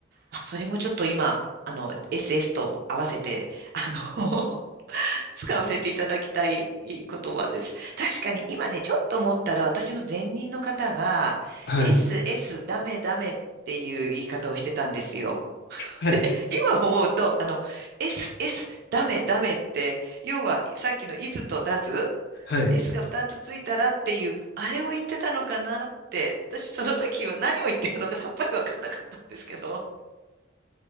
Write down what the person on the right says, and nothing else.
まあそれもちょっと今、あの、SS と合わせて、あの <laughs> 使わせていただきたい言葉です。確かに今ね、ちょっと思ったら私の前任の方が、
SS ダメダメっていう言い方をしてたんですよ。<laughs>
で今思うと、あの、SS ダメダメって、要はさっきのイズとダズ
s が2つついたらっていう、あれを言ってたのかなって、私その時は何を言ってるのかさっぱりわかんなかったんですけど。